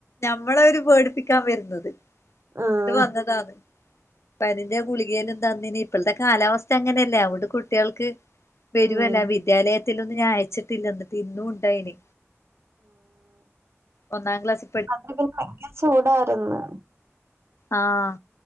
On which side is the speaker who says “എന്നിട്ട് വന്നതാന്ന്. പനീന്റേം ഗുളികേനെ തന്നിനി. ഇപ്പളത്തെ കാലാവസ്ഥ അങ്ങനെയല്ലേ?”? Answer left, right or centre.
Left